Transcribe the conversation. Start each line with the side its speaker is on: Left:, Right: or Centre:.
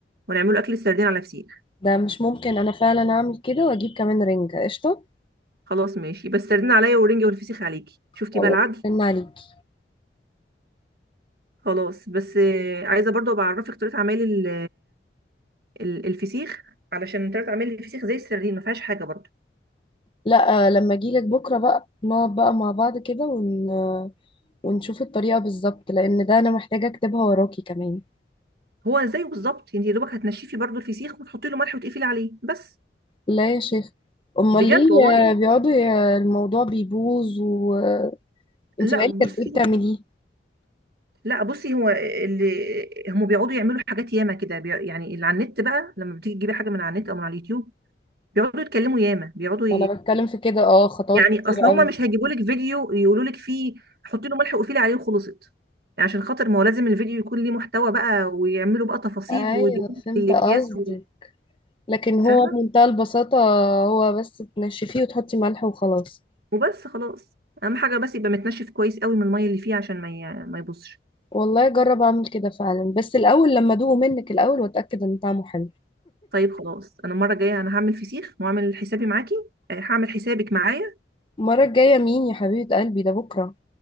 Right: ونعمله اكل السردين على فسيخ
Left: ده مش ممكن انا فعلا اعمل كده واجيب كمان رنجة قشطة
Right: خلاص ماشي بس السردين عليا والرنجه والفسيخ عليكي شفتي
Left: خلاص
Right: بقى العدل
Left: رن عليكي
Right: خلاص بس آه، عايزه برضو بعرفك طريقه عمل ال- ال- الفسيخ علشان طريقه عمل الفسيخ زي السردين ما فيهاش حاجه برضو
Left: لا آه، لما اجيلك بكرة بقى نقعد بقى مع بعض كده ون... ونشوف الطريقة بالظبط لأن ده أنا محتاجة أكتبها وراكي كمان
Right: هو زيه بالظبط انت يا دوبك هتنشفي برضو الفسيخ وتحطي له ملح وتقفلي عليه بس
Left: لا يا شيخ أمال
Right: بجد
Left: ليه
Right: والله
Left: آه، بيقعدوا ي- الموضوع بيبوظ وأنت
Right: لا
Left: بقالك
Right: بصي
Left: قد إيه بتعمليه؟
Right: لا بصي هو اللي هم بيقعدوا يعملوا حاجات ياما كده بي- يعني اللي على النت بقى لما بتيجي تجيبي حاجه من على النت او من على اليوتيوب بيقعدوا يتكلموا ياما بيقعدوا
Left: ما أنا بتكلم في كده أه خطوات
Right: يعني
Left: كتير
Right: اصل هما
Left: أوي
Right: مش هيجيبوا لك فيديو يقولوا لك فيه حطي له ملح وقفلي عليه وخلصت يعني عشان خاطر ما هو لازم الفيديو يكون ليه محتوى بقى ويعملوا بقى تفاصيل
Left: أيوه
Right: ويجيبوا لك
Left: فهمت
Right: الاكياس
Left: قصدك
Right: و-
Left: لكن هو
Right: فاهمه
Left: بمنتهى البساطة هو بس تنشفيه وتحطي ملح وخلاص
Right: وبس خلاص اهم حاجه بس يبقى متنشف كويس قوي من الميه اللي فيه عشان ما ي- ما يبصش
Left: والله أجرب أعمل كده فعلا بس الأول لما أدوقه منك الأول وأتأكد إن طعمه حلو
Right: طيب خلاص انا المره الجايه انا هعمل فسيخ وهعمل حسابي معاكي آه، هعمل حسابك معايا
Left: المرة الجاية مين يا حبيبة قلبي ده بكرة